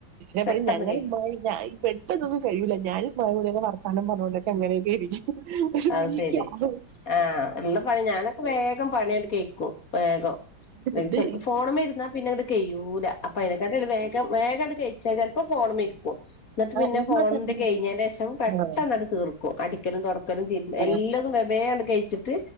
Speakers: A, on the right; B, on the left.
A: ഇേപളി
B: പെട്ടെന്ന്
A: ഞങ്ങലുണ്ടാ
B: കഴിയും
A: ഞാ പെട്ടൊന്നും കഴിയുള്ള ഞാനും മഴൂര വർത്താനം പറഞ്ഞോൊക്കെ എങ്ങനൊക്കെ ഇരിക്കും പക്ഷെ
B: ആ
A: ഇവരെനിക്ക്
B: അത് ശെരി
A: ആകെ
B: ആഹ് ഉള്ള പണി ഞാനൊക്കെ വേഗം പണി തീർക്കും വേഗംഎന്നു
A: ഇത്
B: വെച്ചാൽ ഫോണമെ ഇരുന്നാ പിന്നെ ഇങ്ങട്ട് കഴിയുല്ല അപ്പൊ അതിനെക്കാട്ട വേഗം വേഗ അങ്ങട്ട് ഇച്ച ചിലപ്പോ ഫോണുമെയ് എന്നിട്ട് പിന്നെ
A: ഉമ്മ
B: ഫോണിണ്ട്
A: തന്നെ
B: കഴിഞ്ഞതിന് ശേഷം പെട്ടെന്നിട്ട്
A: ആഹ്
B: തീർക്കും അടിക്കലും തുട ചെയ
A: ആഹ്
B: എല്ലാതും മെബയണ്ട് കഴിച്ചിട്ട്